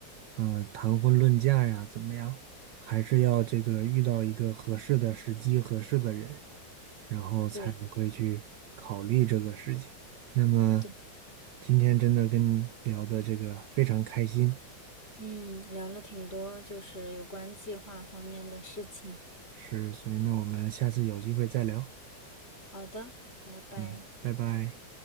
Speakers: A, on the right; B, on the left.
A: 呃，谈婚论嫁呀，怎么样？还是要这个遇到一个合适的时机、合适的人，然后才会去考虑这个事情。
B: 对
A: 那么
B: 对，
A: 今天真的跟你聊的这个非常开心，
B: 嗯，聊了挺多，就是有关计划方面的事情。
A: 是，所以呢，我们下次有机会再聊。
B: 好的，拜拜。
A: 嗯，拜拜。